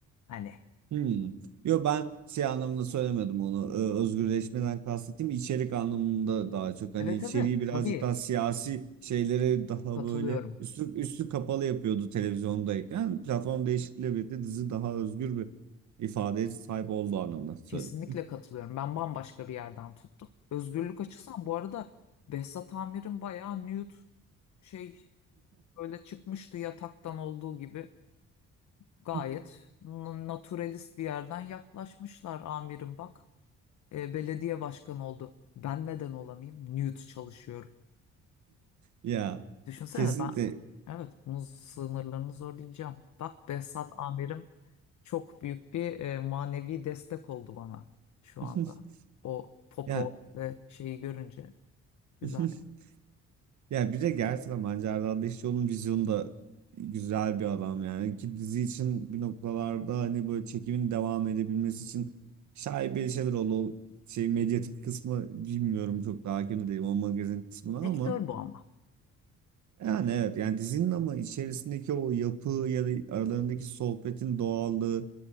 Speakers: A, on the left (about 70°); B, on the right (about 70°).
A: hani.
B: Hmm. Yo ben şey anlamında söylemedim onu. Ee, özgürleşmeden kastettiğim içerik anlamında daha çok hani
A: Evet
B: içeriği
A: evet
B: birazcık
A: tabii
B: daha siyasi şeylere daha
A: katılıyorum.
B: böyle üstü üstü kapalı yapıyordu televizyondayken. Platform değişikliğiyle birlikte dizi daha özgür bir ifadeye sahip olduğu anlamında söyledim.
A: Kesinlikle katılıyorum. Ben bambaşka bir yerden tuttum. Özgürlük açısından bu arada Behzat Amir'in bayağı nude şey böyle çıkmıştı yataktan olduğu gibi. Gayet
B: <laughs>
A: n- naturalist bir yerden yaklaşmışlar amirim bak. e, belediye başkanı oldu. Ben neden olamayayım? Nude çalışıyorum.
B: Ya
A: Düşünsene
B: kesinlikle.
A: ben evet bunun sınırlarını zorlayacağım. Bak Behzat amirim çok büyük bir e, manevi destek oldu bana şu
B: <laughs>
A: anda. O popo
B: Ya
A: ve şeyi görünce güzel.
B: <laughs>
A: yani.
B: Ya bir de gerçekten bence Erdal Beşikçioğlu'nun vizyonu da güzel bir adam yani ki dizi için bir noktalarda hani böyle çekimin devam edebilmesi için şaibeli şeyler oldu. O şey medyatik kısmı bilmiyorum çok daha hakim de değilim o magazin kısmına ama
A: Sektör bu ama.
B: yani evet yani dizinin ama içerisindeki o yapı ya da aralarındaki sohbetin doğallığı